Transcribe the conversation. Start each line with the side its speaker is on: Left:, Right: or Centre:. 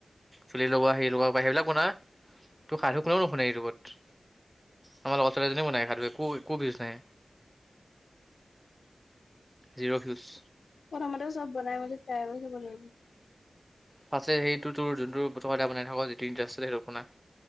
Centre: চুলি লগোৱা সেই লগোৱা বা সেইবিলাক শুনা তোক সাধু কোনেও নুশুনে ইটোবত। আমাৰ লগৰ ছোৱালী এজনীয়ে বনাই আকো একো বিজ নাই। Zero huge.
Left: কমতেও চ'ব বনাই মাই ট্ৰী কৰিব লাগিব।
Centre: ফ সেইটো তোৰ যোনটো প্ৰথমতে বনাই থাক যিটো ইণ্টাৰেষ্ট সেইটো শুনা।